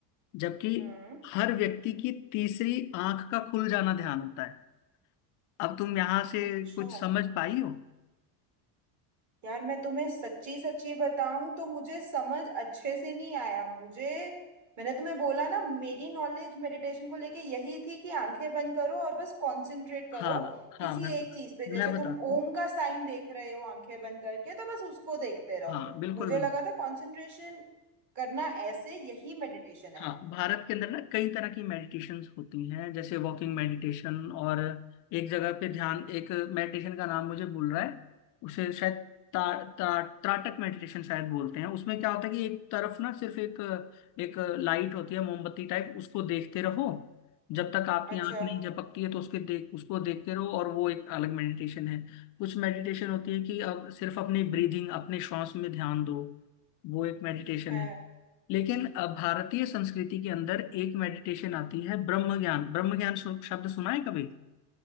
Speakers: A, on the left; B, on the right.
A: जबकि
B: हम्म
A: हर व्यक्ति की तीसरी आंख का खुल जाना ध्यान होता है अब तुम यहाँ से
B: अच्छा
A: कुछ समझ पाई हो
B: यार मैं तुम्हें सच्ची सच्ची बताऊं तो मुझे समझ अच्छे से नहीं आया मुझे मैंने तुम्हें बोला ना मेरी नॉलेज मेडिटेशन को लेके यही थी कि आंखें बंद करो और बस कंसंट्रेट करो
A: हाँ हाँ
B: किसी
A: मैं
B: एक चीज पे जैसे
A: मैं बताता
B: तुम
A: हूँ
B: ओम का साइन देख रहे हो आंखें बंद करके तो बस उसको देखते रहो
A: हाँ बिल्कुल
B: मुझे
A: बिल्कुल
B: लगा था कंसंट्रेशन करना ऐसे यही मेडिटेशन है
A: हाँ भारत के अंदर ना कई तरह की मेडिटेशंस होती हैं जैसे वॉकिंग मेडिटेशन और एक जगह पे ध्यान एक मेडिटेशन का नाम मुझे भूल रहा है उसे शायद ता, ता, त्राटक मेडिटेशन शायद बोलते हैं उसमें क्या होता है कि एक तरफ ना सिर्फ एक एक लाइट होती है मोमबत्ती टाइप उसको देखते रहो जब तक आपकी
B: अच्छा
A: आंख नहीं झपकती है तो उसके देख उसको देखते रहो और वो एक अलग मेडिटेशन है कुछ मेडिटेशन होती है कि अब सिर्फ अपनी ब्रीदिंग अपने श्वास में ध्यान दो वो एक मेडिटेशन
B: हाँ
A: है लेकिन अ, भारतीय संस्कृति के अंदर एक मेडिटेशन आती है ब्रह्म ज्ञान ब्रह्म ज्ञान शु- शब्द सुना है कभी